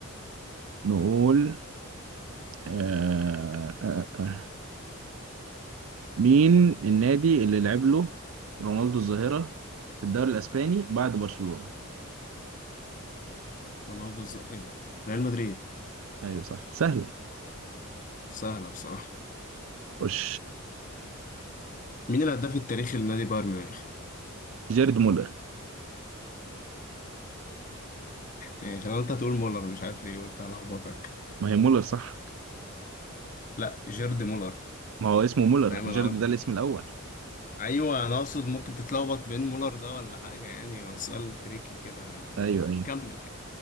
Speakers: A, on the right; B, on the left.
A: نقول آه آه آه. مين النادي اللي لعب له رونالدو الظاهره في الدوري الاسباني بعد برشلونه
B: رونالدو الز- ايه ده ريال مدريد
A: ايوه صح سهله
B: سهلة بصراحة
A: خش
B: مين الهداف التاريخي لنادي بايرن ميونخ؟
A: جيرد مولر
B: يعني عشان أنا قلت هتقول مولر مش عارف ليه قلت هلخبطك
A: ما هي مولر صح
B: <laughs> لا جيرد مولر
A: ما هو اسمه مولر
B: فاهم
A: جيرد
B: انا
A: ده الاسم الاول
B: ايوه انا اقصد ممكن تتلخبط بين مولر ده ولا حاجه يعني هو سؤال تريكي كده
A: ايوه ايوه
B: كمل كده